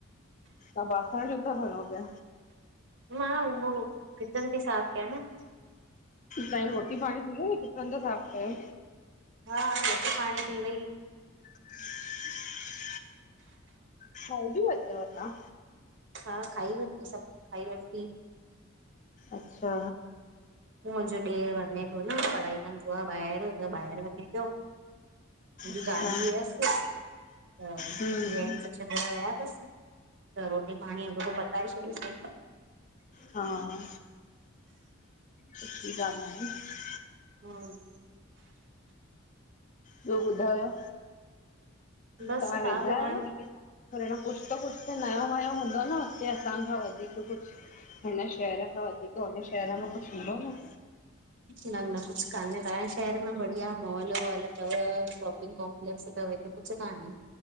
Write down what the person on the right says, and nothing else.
मां उहो किचन ती साफ कयां न।
हा रोटी पाणी थी वई।
हा, खाई वरती सभिनि खाई वरती।
मुहिंजो ॾेर वञें प्यो न, पढ़ाई कंदो आ ॿा एर, त ॿा एर वञें प्यो हुनजी
गाॾी हुयस, त
व्या अन छडंण। <unintelligible> आया अथसि त रोटी पाणी अॻोपो पताए छॾीसीं।
हम्म
बस
तव्हां
ॿुधायो?
न न कुछ काने, तव्हांजे शहर में बढ़िया मॉल-वॉल थव सब कॉम्प्लेक्स थव, हिते कुछ कान्हे।